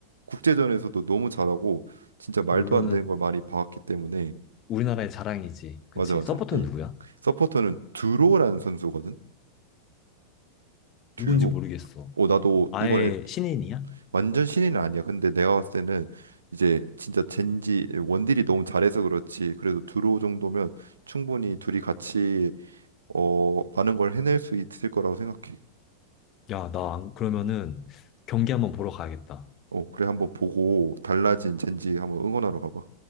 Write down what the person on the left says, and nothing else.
룰러는
우리나라의 자랑이지. 그치?
서포터는
누구야?
누군지 모르겠어.
아예
신인이야?
야, 나 안- 그러면은 경기 한번 보러 가야겠다.